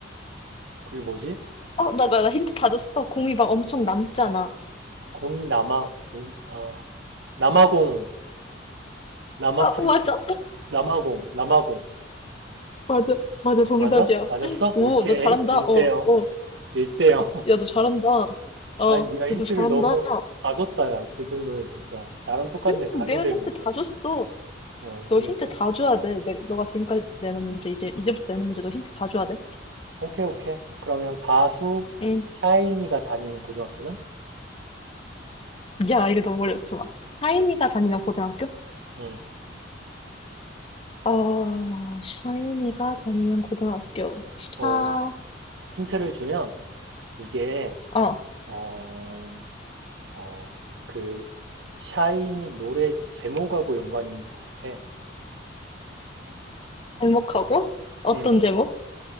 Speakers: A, on the right; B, on the left.
A: 그게 뭐지?
B: 어, 나, 나, 나 힌트 다 줬어. 공이 막 엄청 남잖아.
A: 공이 남아, 공, 아. 남아공 남아프리
B: 아, 맞아?
A: 남아공 남아공
B: 맞아, 맞아, 정답이야.
A: 맞아? 맞았어?
B: 오,
A: 오케이
B: 너 잘한다.
A: 일대영일대영
B: 어, 어.
A: <laughs>
B: 야, 너 잘한다. 어, 야,
A: 아니 네가
B: 너
A: 힌트를
B: 잘한다.
A: 너무 다 줬다 야 그 정도면 진짜 나랑 똑같네
B: 근데
A: 다
B: 내가
A: 준 셈이네
B: 힌트 다 줬어.
A: 어
B: 너
A: 그니까
B: 힌트 다 줘야 돼. 내, 너가 지금까지 내는 문제, 이제, 이제부터 내는 문제 너 힌트 다 줘야 돼.
A: 오케이 오케이 그러면 가수
B: 응.
A: 샤이니가 다니는 고등학교는?
B: 야, 이거 너무 어려워. 좋아. 샤이니가 다니는 고등학교?
A: 응.
B: 어, 샤이니가 다니는 고등학교. 샤,
A: 어 힌트를 주면 이게
B: 어,
A: 어 어 그 샤이니 노래 제목하고 연관이 있는 것 같아
B: 제목하고? 어떤
A: 응
B: 제목?